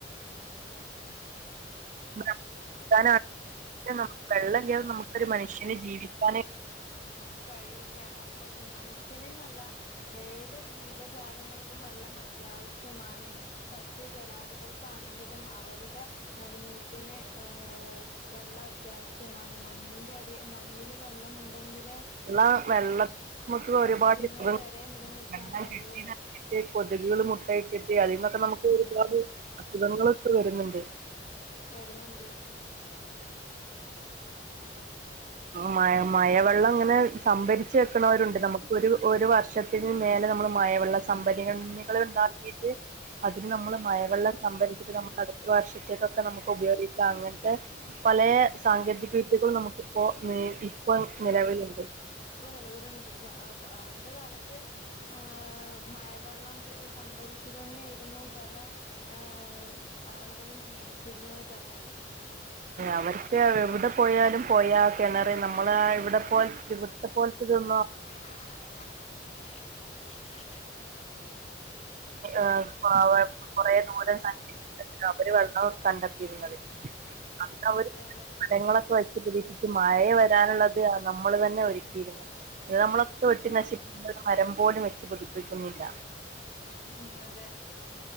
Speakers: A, on the right; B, on the left.
A: <unintelligible> വെള്ളില്ലാതെ നമുക്കൊരു മനുഷ്യന് ജീവിക്കാന്
B: കഴിയില്ല നമ്മ മനുഷ്യന്ന്നല്ല ഏതൊരു ജീവജാലങ്ങൾക്കും വെള്ളം അത്യാവശ്യമാണ്. സസ്യജലാദികൾക്കാണെങ്കിലും അവര്ടെ നെലനിൽപ്പിന് ഏഹ് വെള്ളം അത്യാവശ്യമാണ് മണ്ണിന്റെഅടി മണ്ണിലും. വെള്ളം ഉണ്ടെങ്കിലെ
A: ന്ന വെള്ളം നമക്ക് ഒരുപാട്
B: സസ്യങ്ങള്
A: <unintelligible>
B: വരെ നിലനിൽക്കാൻ കഴിയുള്ളൂ
A: കൊതുകൾ മുട്ടയെക്കിട്ടെ അതീന്നൊക്കെ നമുക്ക് ഒരുപാട് അസുഖങ്ങളൊക്കെ വരുന്നുണ്ട്.
B: വരുന്ന്ണ്ട്.
A: മ മഴവെള്ളം ഇങ്ങനെ സംഭരിച്ച് വെക്കണോരുണ്ട്. നമുക്ക് ഒരു ഒരു വർഷത്തെ ത്തിന് മേലെ നമ്മള് മഴവെള്ള സംഭരണികള് ഇണ്ടാക്കീട്ട്. അതിന് നമ്മള് മഴവെള്ളം സംഭരിച്ചിട്ട് നമ്മക്ക് അടുത്ത വർഷത്തേക്കൊക്കെ നമുക്ക് ഉപയോഗിക്കാം അങ്ങനത്തെ പലേ സാങ്കേതികവിദ്യകളും നമുക്കിപ്പോ ഇപ്പം നിലവിലുണ്ട്.
B: ഇപ്പൊ നിലവിലുണ്ട്. ആ പണ്ട് കാലത്ത്. ആഹ് മഴവെള്ളം സംഭരിച്ചു തന്നേരുന്നു പല ആഹ് ആളുകളും ജീവിച്ചിരുന്നത് തന്നെ.
A: അവരൊക്കെ എവടെ പോയാലും പൊയാ കെണറ് നമ്മള് ഇവിടെ പോല് പോല്ത്തിതന്നൊ
B: <inaudible>
A: ആ വ കൊറേ ദൂരം സഞ്ചരിച്ച്. അവര് വെള്ളം കണ്ടെത്തിയിരുന്നത്. അന്ന്
B: ആ
A: അവര്
B: അതെ അതെ
A: മരങ്ങളൊക്കെ വെച്ച് പിടിപ്പിച്ച് മഴ വരാനുള്ളത് നമ്മൾ തന്നെ ഒരുക്കിയിരുന്നു. ഇത് നമ്മള് വെട്ടി
B: ആഹ്
A: നശിപ്പിക്കുന്ന
B: അതെ
A: മരം പോലും വെച്ച് പിടിപ്പിക്കുന്നില്ല.
B: ഉം അതെ